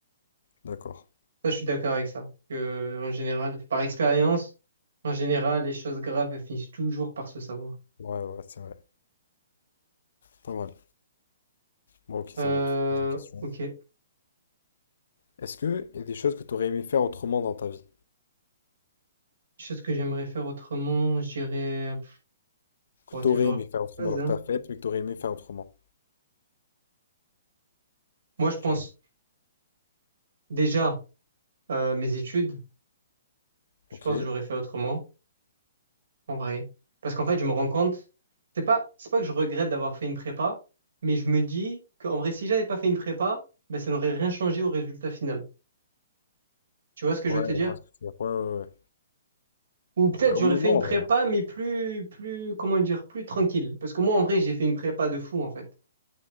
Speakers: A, on the left; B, on the right.
A: d'accord.
B: Ça, je suis d'accord avec ça. Que, en général, par expérience, en général, les choses graves, elles finissent toujours par se savoir.
A: Ouais, ouais, c'est vrai. Pas mal. Bon, ok, ça
B: Euh,
A: monte. Pose une question.
B: ok.
A: Est-ce que il y a des choses que tu aurais aimé faire autrement dans ta vie?
B: Chose que j'aimerais faire autrement, j'irais,
A: Que
B: on
A: tu
B: toujours.
A: aurais aimé faire autrement,
B: la même
A: alors
B: chose, hein.
A: que tu as fait, mais que tu aurais aimé faire autrement.
B: Moi, je pense
A: Tu vois?
B: déjà euh, mes études. je
A: Ok.
B: pense
A: Ouais,
B: que j'aurais fait autrement, en vrai. Parce qu'en fait, je me rends compte, c'est pas, c'est pas que je regrette d'avoir fait une prépa, mais je me dis qu'en vrai, si j'avais pas fait une prépa, ben, ça n'aurait rien changé au résultat final. Tu vois ce que
A: je
B: je veux te dire?
A: vois ce que tu veux dire. Ouais, ouais, ouais.
B: Ou peut-être
A: Bah
B: j'aurais
A: oui
B: fait
A: et non,
B: une prépa,
A: en vrai. hein.
B: mais plus, plus, comment dire, plus tranquille. Parce que moi, en vrai, j'ai fait une prépa de fou, en fait.